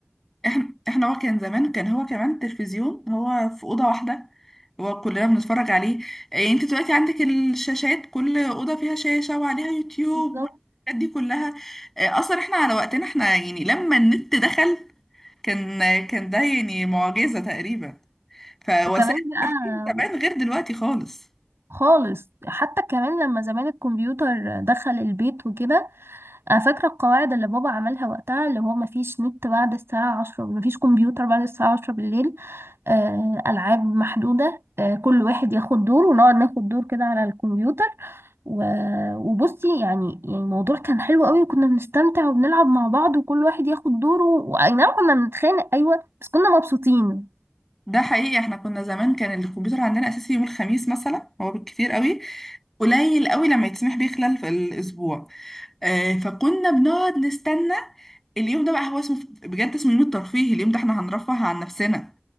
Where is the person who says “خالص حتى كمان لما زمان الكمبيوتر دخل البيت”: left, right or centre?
Right